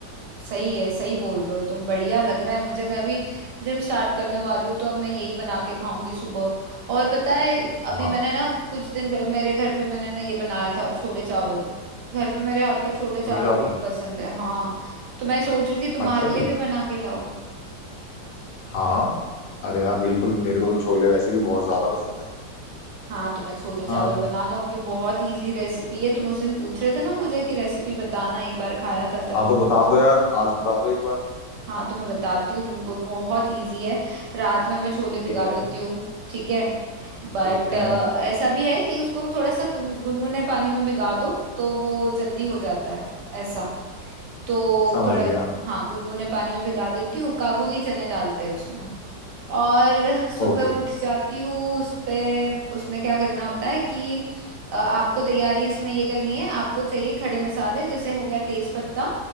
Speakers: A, on the right; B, on the left.
A: सही है सही बोल रहे हो तुम बढ़िया लग रहा है मुझे मैं अभी जिम स्टार्ट करने वाली हूँ तो अब मैं यही बना के खाऊंगी सुबह और पता है अभी
B: हाँ
A: मैंने ना कुछ दिन पहले मेरे घर पे मैंने ना ये बनाया था छोले चावल घर पे मेरे हाथ का छोले चावल
B: छोले चावल
A: बहुत पसंद है हाँ तो मैं सोच रही थी तुम्हारे
B: अच्छा
A: लिए
B: जी
A: भी बना के लाऊं
B: हाँ हाँ अरे यार बिल्कुल मेरे को तो छोले वैसे भी बहुत ज्यादा पसंद है
A: हाँ तो मैं छोले चावल
B: हाँ
A: बना लाऊंगी बहुत इजी रेसिपी है तुम उस दिन पूछ रहे थे ना मुझे कि रेसिपी बताना एक बार खाया था
B: हाँ तो बता दो यार आज बता दो एक बार
A: हाँ तो मैं बताती हूँ तुमको बहुत इजी है रात में मैं छोले भिगा
B: ठीक है
A: देती हूँ ठीक है बट
B: ठीक है
A: ऐसा भी है कि उसको थोड़ा सा गुन- गुनगुने पानी में भिगा दो तो वो जल्दी हो जाता है ऐसा तो
B: समझ
A: थोड़ा
B: गया
A: हाँ गुनगुने पानी में भिगा देती हूँ काबुली चने डालते हैं उसमें और सुबह
B: ओके
A: उठ जाती हूँ उस पे उसमें क्या करना होता है कि अ, आपको तैयारी इसमें ये करनी है आपको चाहिए खड़े मसाले जैसे हो गया तेज पत्ता